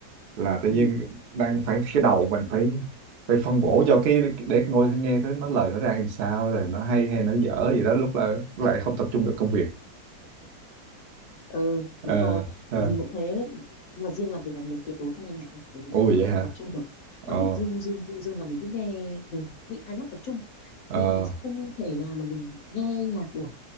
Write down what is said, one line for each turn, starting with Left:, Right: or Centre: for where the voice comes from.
Right: là tự
Left: ừ
Right: nhiên đang phải cái đầu mình phải phải phân bổ cho cái để ngồi nghe thấy nó lời nó ra làm sao rồi nó hay hay nó dở gì đó lúc là lúc lại không tập trung được công việc
Left: ừ
Right: ờ
Left: đúng rồi
Right: ờ
Left: thì mình cũng thế nhưng mà riêng làm việc là mình tuyệt đối không nghe nhạc nhé, bởi vì
Right: ui
Left: không
Right: vậy hả
Left: thể tập trung được
Right: ờ
Left: nó cứ du dương du dương là mình cứ nghe mình bị hai mắt tập trung
Right: ờ
Left: nên là mình sẽ không thể nào mà mình nghe nhạc được